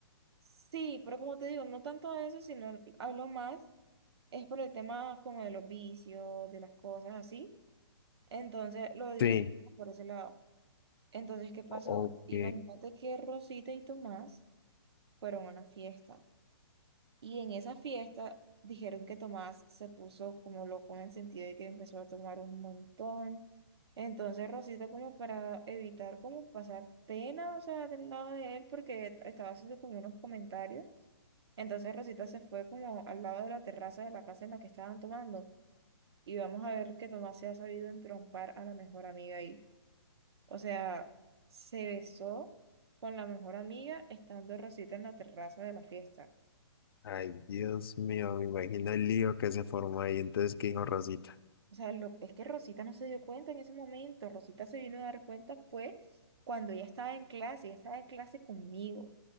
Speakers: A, on the right; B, on the left.
A: Sí, pero como te digo, no tanto de eso, sino hablo más, es por el tema como de los vicios, de las cosas así. Entonces, lo digo
B: Sí,
A: por ese lado. Entonces, ¿qué pasó?
B: ok.
A: Imagínate que Rosita y Tomás fueron a una fiesta. Y en esa fiesta dijeron que Tomás se puso como loco en el sentido de que empezó a tomar un montón. Entonces, Rosita como para evitar como pasar pena, o sea, del lado de él, porque estaba haciendo como unos comentarios. Entonces Rosita se fue como al lado de la terraza de la casa en la que estaban tomando y vamos a ver que Tomás se ha sabido entrompar a la mejor amiga ahí. O sea, se besó con la mejor amiga estando Rosita en la terraza de la fiesta.
B: Ay, Dios mío, me imagino el lío que se formó ahí. Entonces, ¿qué dijo Rosita?
A: O sea, lo, es que Rosita no se dio cuenta en ese momento. Rosita se vino a dar cuenta fue cuando ella estaba en clase, ella estaba en clase conmigo.